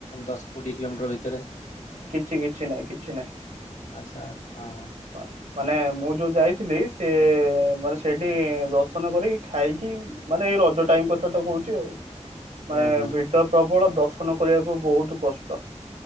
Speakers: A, on the left; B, on the right.
A: ଦଶ କୋଡିଏ କିଲୋମିଟର ଭିତରେ।
B: କିଛି କିଛି ନାହିଁ କିଛି ନାହିଁ।
A: ଆଚ୍ଛା। ହଁ ହଁ।
B: <unintelligible> ମାନେ ମୁଁ ଯୋଉ ଯାଇଥିଲି, ସେ ମାନେ ସେଇଠି ଦର୍ଶନ କରିକି ଖାଇକି ମାନେ ରଜ ଟାଇମ କଥା ତ କହୁଛି ଆଉ,
A: ହୁଁ
B: ମାନେ
A: ହୁଁ
B: ଭିଡ ପ୍ରବଳ ଦର୍ଶନ କରିବାକୁ ବହୁତ କଷ୍ଟ।